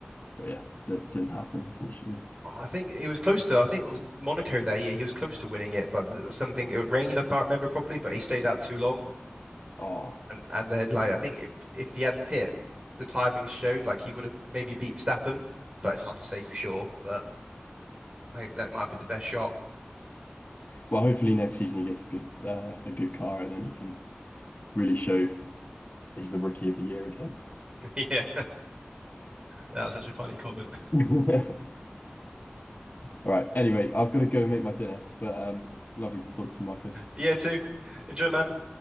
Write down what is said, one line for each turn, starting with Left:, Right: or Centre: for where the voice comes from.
Left: but yeah, that didn't happen unfortunately.
Right: Oh, I think he was close to, I think it was Monaco that year. He was close to winning it, but th- something, it rained, I can't remember properly, but he stayed out too long.
Left: Oh
Right: And and then like I think if if he had Pitt, the timing showed like he would have maybe beat Verstappen, but it's hard to say for sure. But I think that might be the best shot.
Left: well, hopefully next season he gets a good uh, a good car, and then he can really show he's the rookie of the year again.
Right: <laughs> Yeah, that was such a funny comment. <laughs>
Left: <laughs> All right. Anyway, I've got to go and make my dinner, but um, lovely to talk to you, Marcus.
Right: Yeah, too. Enjoy, man.